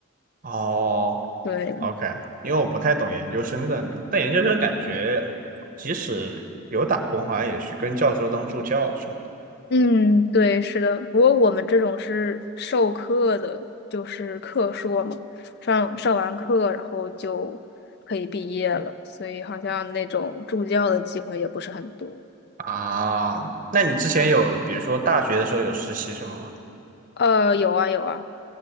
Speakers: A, on the right; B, on the left.
A: 哦
B: <laughs> 对，
A: ，OK，因为我不太懂研究生的，但研究生感觉即使有打工，好像也是跟教授当助教什么的
B: 嗯，对，是的。不过我们这种是授课的，就是课硕嘛，上上完课然后就可以毕业了，所以好像那种助教的机会也不是很多。
A: 啊。那你之前有比如说大学的时候有实习什么吗？
B: 呃，有啊有啊，